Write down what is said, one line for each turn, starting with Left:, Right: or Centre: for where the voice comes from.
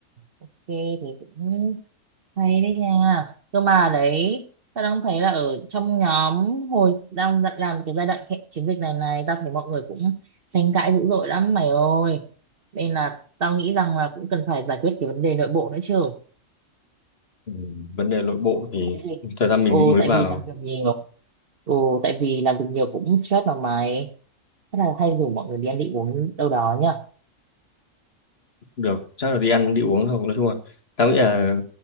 Right: ok thì cũng hay đấy nha cơ mà đấy ta đang thấy là ở trong nhóm hồi đang dặn- làm cái giai đoạn kệ- chiến dịch này này tao thấy mọi người cũng tranh cãi dữ dội lắm mày ơi nên là tao nghĩ rằng là cũng cần phải giải quyết cái vấn đề nội bộ nữa chứ
Left: Ừ, vấn đề nội bộ thì
Right: Cái gì?
Left: thời gian mình
Right: Ồ,
Left: mới
Right: tại
Left: vào
Right: vì làm việc nhiều. Ồ, tại vì làm việc nhiều cũng stress mà mày. Chắc là hay rủ mọi người đi ăn đi uống đâu đó nhá.
Left: được chắc là đi ăn đi uống không nói chung là tao nghĩ là